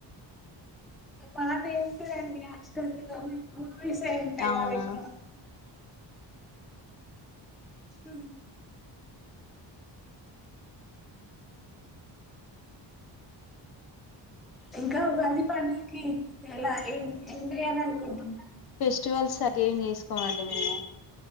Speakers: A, in the centre; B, on the left.
A: మాదే ఏంటి అండి హాస్టల్లో మేము మూవీస్ ఏ ఉంటాయి
B: అవునా
A: మావి ఎక్కువ ఉ ఇంకా ఉగాది పండకి ఎలా ఏం ఏమ్ చేయాలి అనుకుంటరు
B: ఫెస్టివల్స్ అ ఏం చేసుకోనండి మేము